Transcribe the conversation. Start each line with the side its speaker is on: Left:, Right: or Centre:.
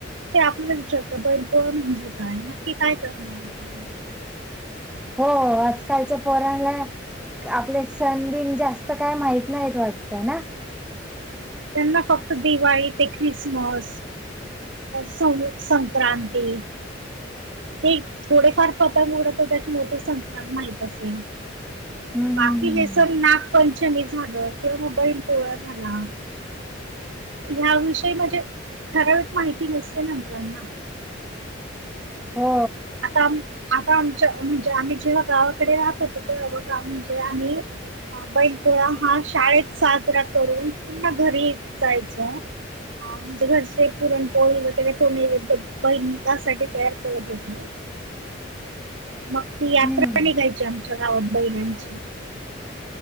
Right: ते आपल्याला विचारत बनप म्हणजे काय नक्की काय करणार आपण
Centre: हो आजकालच्या पोरनला आपले सण बिन जास्त काय माहित नाहीत वाटतं ना
Right: त्यांना फक्त दिवाळी ते ख्रिसमस सं संक्रांती ते थोडेफार पत मोडत त्याच्यामुळे संकात माहत असेल
Centre: हम्म हम्म
Right: बाकी हे सण नागपंचमी झालं किंवा मग बैल पोळा झाला ह्याविषयी म्हणजे ठराविक माहिती नसते ना मुलांना
Centre: हो
Right: आता आता आमच्या म्हणजे आम्ही जेव्हा गावाकडे राहत होतो तेव्हा गाव म्हणजे आम्ही हा बैलपोळा हा शाळेत साजरा करून पूर्ण घरी जायचो ह म्हणजे घरचे पुरणपोळी वगैरे ठेोणे व बहिलासाठी तयार करत होते मग ती यात्रा
Centre: हम्म
Right: निघायची आमच्या गावात बैलांची